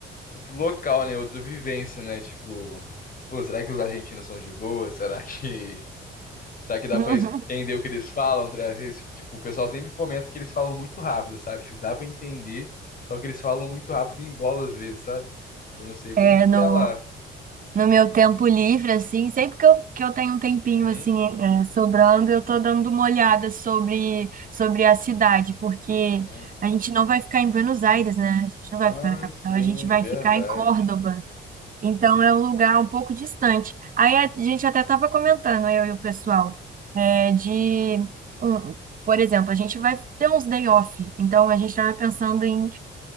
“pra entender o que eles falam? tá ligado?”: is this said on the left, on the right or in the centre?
Left